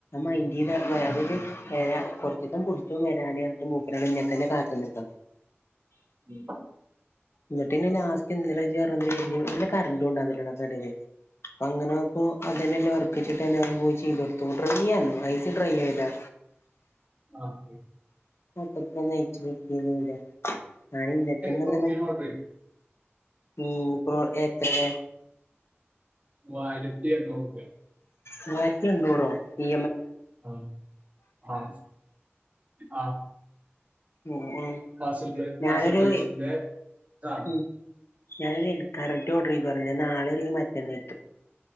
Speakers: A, on the left; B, on the right.
A: ന ഇത്
B: ഉം,
A: അതിന്
B: ഉം,
A: ഞാ കൊട് ഇപ്പൊ പുടിച്ചും വരാനെറ്ഞ്ഞ്ട്ടും മൂപ്പരോവ്ടെ ഇന്നേ തന്നെ കാത്ത് നിക്കാ
B: ഉം
A: ഞ്ഞ്ട്ടിന്നേ നാ ഇന്നലേജ്ജ് <unintelligible> കഴിഞ്ഞു ലെ കറണ്ട്ണ്ടാവില്ലടാ പെരേല് അങ്ങനെ നോക്കുമ്പോ അതന്നെ വർക്കയിച്ചിട്ട് എനർവ്യൂ ചെയ്തോട്ത്തു ഡ്രൈയ്യ്ന്നേ ഐസി ഡ്രൈ ആയതാ
B: ആ ഒക്കെ
A: <unintelligible> ന്നോന്നയിച്ച് നോക്കിയതുല്ലാ ഞാന് ഇങ്ങനെത്തന്നോന്ന്
B: പ്രോട്ടീൻ ഓർഡർ ചെയ്തു
A: <unintelligible> എത്രടെ
B: മൂവായിരത്തി എണ്ണൂറ്പ്പ്യ
A: മൂവായിരത്തി എണ്ണൂറോ നി
B: ആ ആ ആ
A: ഉം ഉം
B: മാഷിൽ ബ്ല മാഷിൽ
A: ഞാനൊരു
B: ബ്ലൈസിന്റെ സാനം
A: ഉം ഞാനൊരു കററ്റ് ഓർഡർയ്തുറഞ്ഞ്ലെ നാളോരു മറ്റന്നേക്ക്